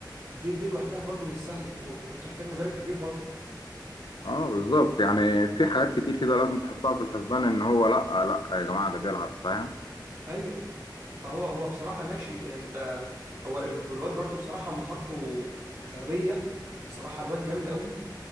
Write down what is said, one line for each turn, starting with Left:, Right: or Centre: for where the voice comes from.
Right: دي دي لوحدها برضو مش سهله وبتحتاج مدرب كبير برضو
Left: اه بالظبط يعني في حاجات كتير كده لازم تحطها في الحسبان ان هو لا لا يا جماعه ده بيلعب فاهم
Right: ايوه فهو هو بصراحه ماشي انت هو ال- الواد برضو بصراحه مهارته غبيه بصراحه الواد جامد قوي